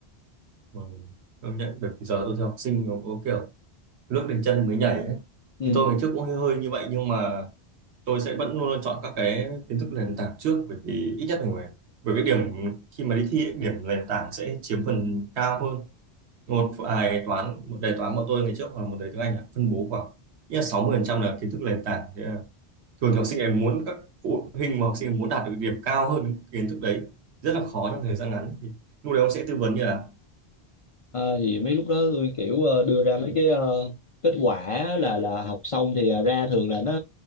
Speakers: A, on the right; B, on the left.
A: ừ. công nhận bởi vì giờ tôi thấy học sinh nó có kiểu nước đến chân mới nhảy ấy
B: ừ.
A: thì tôi ngày trước cũng hơi hơi như vậy nhưng mà tôi sẽ vẫn luôn luôn chọn các cái kiến thức nền tảng trước bởi vì ít nhất mình phải bởi cái điểm khi mà đi thi ấy, điểm nền tảng sẽ chiếm phần cao hơn một bài toán một đề toán của tôi ngày trước hoặc là một đề tiếng Anh ạ, phân bố khoảng ít là 60% là kiến thức nền tảng Thế là thường thì học sinh em muốn các phụ huynh mà học sinh em muốn đạt được điểm cao hơn những kiến thức đấy rất là khó trong thời gian ngắn thì lúc đấy ông sẽ tư vấn như là
B: Ờ, thì mấy lúc đó tôi kiểu ờ, đưa ra mấy cái ờ, kết quả là là học xong thì ờ, ra thường là nó